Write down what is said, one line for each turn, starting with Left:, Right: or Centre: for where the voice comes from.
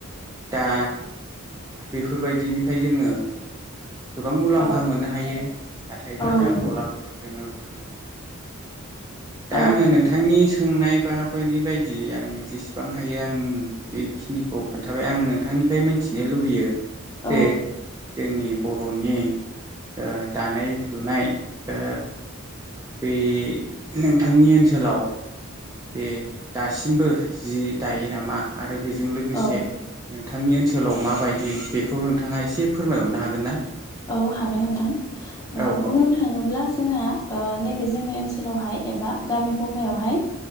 Right: दा बेफोरबायदिन फाय जोङो गोबां मुलाम्फा
Left: औ
Right: मोननो हायो हाथाय बाजार
Left: औ नंगौ
Right: गलाफोराव जोङो फाननानै दा
Left: औ
Right: आङो नोंथांनि सोंनाय बा बायदि बायदि आङो जेसेबां हायो आं बेखिनिखौ खोन्थाबाय आंनो नोंथांनिफ्राय मिथिनो लुबैयो जे
Left: औ
Right: जोंनि बरनि ओ दानाय लुनाय ओ बे नोंथांनि ओनसोलाव जे दासिमबो जि दायो नामा आरो बेजों लोगोसे
Left: औ
Right: नों थांनि ओनसोलाव माबायदि बेखौ नोंथाङा एसे फोरमायहरनो हागोन ना?
Left: औ हागोन नोंथां
Right: औ
Left: बुंनो
Right: औ
Left: थाङोब्ला जोंना ओ नैबे जोंनि ओनसोलावहाय एबा गामि गफायावहाय